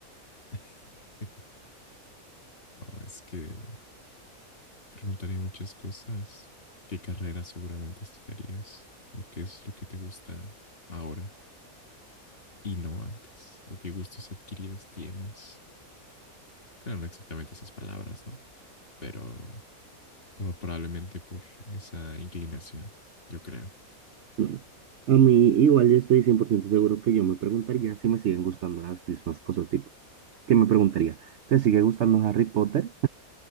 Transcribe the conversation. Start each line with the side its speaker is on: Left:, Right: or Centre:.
Left: <laughs> No, es que preguntaría muchas cosas. ¿Qué carrera seguramente estudiarías? ¿O qué es lo que te gusta ahora? y no antes, o qué gustos adquiridos tienes. Claro, no exactamente esas palabras, ¿no? Pero por, probablemente por esa inclinación, yo creo.
Right: bueno. A mí igual yo estoy 100% seguro que yo me preguntaría si me siguen gustando las mismas cosas, tipo, que me preguntaría, ¿te sigue gustando Harry Potter?